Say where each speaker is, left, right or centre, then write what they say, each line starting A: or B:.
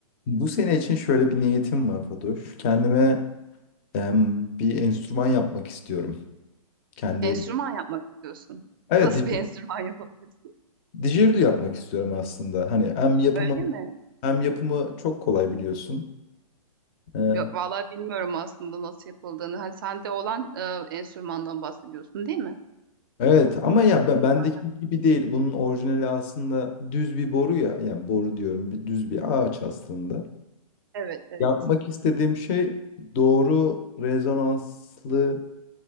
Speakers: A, on the left; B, on the right.
A: Bu sene için şöyle bir niyetim var Fatoş. Kendime em, bir enstrüman yapmak istiyorum. Kendi
B: Enstrüman
A: elim.
B: yapmak istiyorsun.
A: Evet,
B: Nasıl
A: dij-
B: bir <laughs> enstrüman yapabilirsin?
A: dijerdu yapmak istiyorum aslında. Hani hem yapımı
B: Öyle mi?
A: hem yapımı çok kolay biliyorsun. Ee,
B: Yo- Vallahi bilmiyorum aslında nasıl yapıldığını. Hani sende olan e, enstrümandan bahsediyorsun, değil mi?
A: evet ama ya ben- bendeki
B: Zaten.
A: gibi değil. Bunun orijinali aslında düz bir boru ya. Yani boru diyorum, bir- düz bir ağaç aslında.
B: Evet, evet.
A: Yapmak istediğim şey doğru rezonanslı